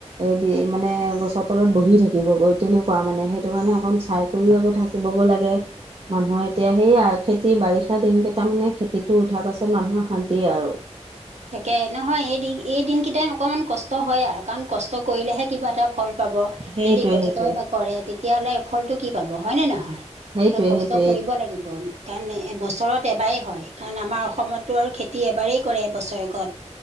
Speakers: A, on the right (about 50°); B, on the right (about 70°).
A: এইটোৱে মানে গছৰ তলত বহি থাকিব গৈ তেনেকুৱা মানে সেইটো কাৰণে অকণ চাই কৰিও আকৌ থাক <unintelligible> লাগে মানুহৰ এতিয়া সেই আৰু খেতি বাৰিষা দিন কেইটামানে খেতিটো উঠাৰ পাছত মানুহৰ শান্তি আৰু
B: তাকে নহয় এই দি এই দিন কেইটাই অকমান কষ্ট হয় আৰু কাৰণ কষ্ট কৰিলেহে কিবা এটা ফল পাব
A: সেইটোৱে
B: যদি কষ্টই
A: সেইটোৱে
B: নকৰে তেতিয়াহ'লে ফলটো কি পাব হয়নে নহয়
A: সেইটোৱে
B: কষ্ট
A: সেইটোৱে
B: কৰিব লাগিব কাৰণ বছৰত এবাৰেই হয়, কাৰণ আমাৰ অসমতো আৰু খেতি এবাৰেই কৰে বছৰেকত